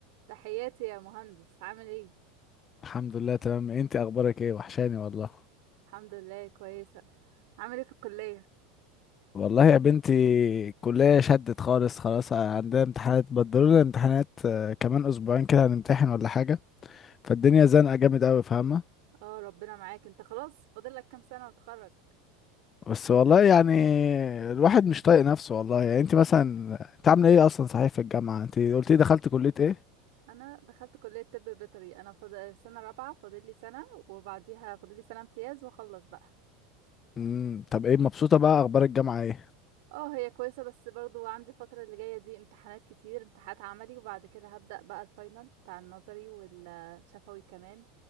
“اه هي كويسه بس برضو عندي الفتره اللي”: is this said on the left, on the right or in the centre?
Right